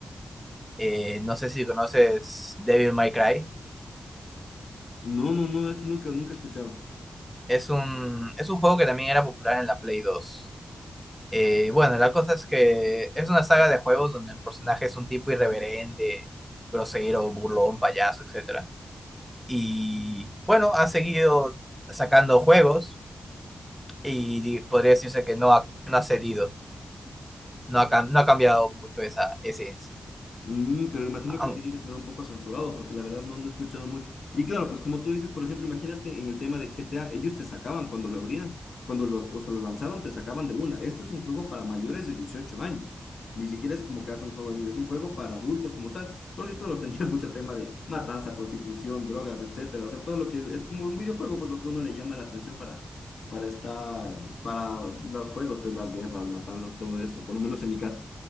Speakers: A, in the centre; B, on the left.
A: eh, no sé si conoces Devil May Cry.
B: No, no, no, eso nunca, nunca he escuchado.
A: Es un, es un juego que también era popular en la Play 2. Eh, bueno, la cosa es que es una saga de juegos donde el personaje es un tipo irreverente, grosero, burlón, payaso, etcétera Y bueno, ha seguido sacando juegos. y di- podría decirse que no ha, no ha cedido, no ha, cam- no ha cambiado mucho esa esencia.
B: Mm, pero imagino que
A: Aun-
B: lo tienen que tener un poco censurado, porque la verdad no ando escuchando mucho. Y claro, pues como tú dices, por ejemplo, imagínate en el tema de GTA, ellos te sacaban cuando lo abrían, cuando los, o sea, lo lanzaron, te sacaban de una. Este es un juego para mayores de 18 años. Ni siquiera es como que es un juego, de niños, es un juego para adultos como tal, porque claro, <laughs> tendrías mucho tema de matanza, prostitución, drogas, etcétera. O sea, todo lo que es como un videojuego, pues lo que uno le llama la atención para, para estar, para los juegos, pues las guerras, matanzas, todo eso, por lo menos en mi caso.